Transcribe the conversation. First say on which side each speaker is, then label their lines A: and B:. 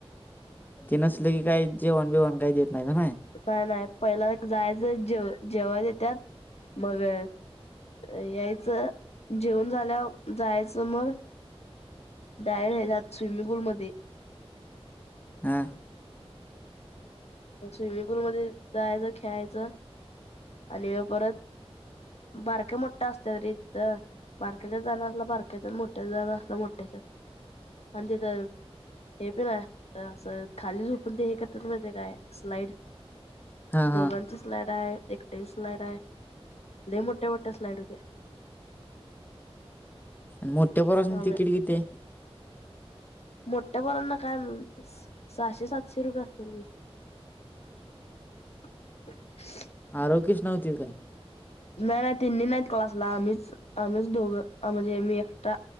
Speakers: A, on the left; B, on the left.
A: ते नसल की काय जेवन बीवन काय देत नाही ना
B: नाही नाही पहिला जायचं जेव जेवात देत्यात मग यायचं जेवन झाल्या जायचं मग बायर नाही जात स्विमिंगपूल मध्ये
A: हा.
B: मग स्विमिंग पूलमध्येध्ये जायचं खेळायचं आणि परत बारके मोठ्ठा असत तरी बारक्याच्या जाण असला बारकेच्यात मोठ्याच जण असला मोठ्याच्यात आणि तिथं हे पण आहे असं खाली झोपून तेत मा काय स्लाईड
A: हा
B: दोघांची
A: हा
B: स्लाईड आहे. मोे स्लाईड आहे मोठे मोठ्या स्लाईड होत्या.
A: आणि मोठ्यापरासन
B: होत्या
A: तिकीट किती
B: मोठ्यापोरांना काय म्ह सहाशे सातशे रुपये असेल. <unintelligible> <inaudible>
A: आरोगीच नव्हती काय.
B: नाही नाही तिनही नाहीत क्लासला आम्हीच आम्हीच दोघं आ म्हजे मी एकटा